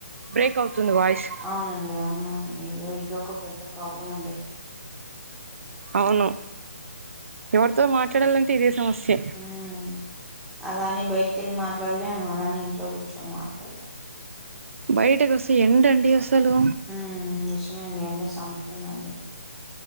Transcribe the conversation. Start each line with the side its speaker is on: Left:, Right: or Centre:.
Right: బ్రేక్ అవుతుంది వాయిస్
Centre: అవునండి అవునవును అయ్యో ఇది ఒక పెద్ద ప్రాబ్లం అండి
Right: అవును ఎవరితో మాట్లాడాలంటే ఇదే సమస్య
Centre: ఉం అలా అని బయటికిళ్ళి మాట్లాడలేమ్ అలానే ఇంట్లో కూర్చుని మాట్లాడలేమ్
Right: బయట కోస్తే ఎండ అండి అసలు
Centre: ఉం నిజమండి ఎండ చంపుతుంది